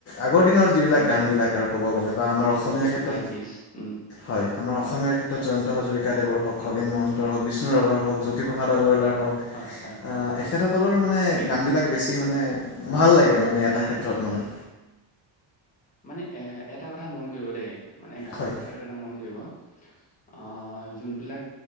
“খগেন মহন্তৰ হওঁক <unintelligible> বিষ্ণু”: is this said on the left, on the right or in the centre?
Left